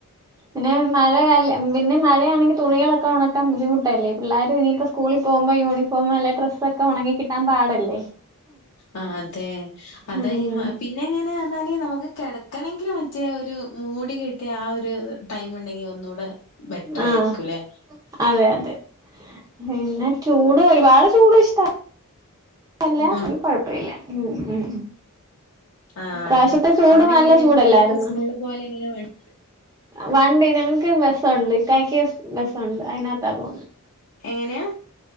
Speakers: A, on the right; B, on the left.
A: പിന്നെ മഴയല്ല പിന്നെ മഴയാണെങ്കിൽ തുണികളൊക്കെ ഒണക്കാൻ ബുദ്ധിമുട്ടല്ലേ പിള്ളേരും ഇനി ഇപ്പൊ സ് സ്കൂളിൽ പോകുമ്പോ യൂണിഫോം അല്ല ഡ്രസ്സ് ഒക്കെ ഒണങ്ങി കിട്ടാൻ പാടല്ലേ
B: ആഹ് അതെ അതാ
A: ഉം
B: ഈ പി - പിന്നെ എങ്ങനെ പറഞ്ഞാല് നമുക്ക് കെടക്കണങ്കിൽ മറ്റേ ഒരു മൂടി കെട്ടിയ ആ ഒരു - ടൈം ഉണ്ടെങ്കി ഒന്നൂടെ ബെറ്റർയിരിക്കും
A: ആഹ്
B: ഇല്ലെ
A: അതെ അതെ പിന്നെ ചൂട് ഒരുപാട് ചൂട് ഇഷ്ട്ടവ അല്ല
B: ആഹ്
A: അത് കൊഴപ്പമില്ല ഉം ഉം
B: ആഹ്
A: ഇപ്രാവശ്യത്തെ
B: അതെ
A: ചൂട്
B: അവിടെ
A: നല്ല
B: എങ്ങനെയാ
A: ചൂടല്ലായിരുന്നോ
B: മക്കളൊക്കെ സ്കൂളിൽ പോകാൻ എങ്ങനെയാ വഴക്ക് -
A: വണ്ടി ഞങ്ങക്ക് ബസ്സുണ്ട് ഇക്കായക്ക് ബസ്സുണ്ട് അതിനകത്താ പോന്നെ
B: എങ്ങനെയാ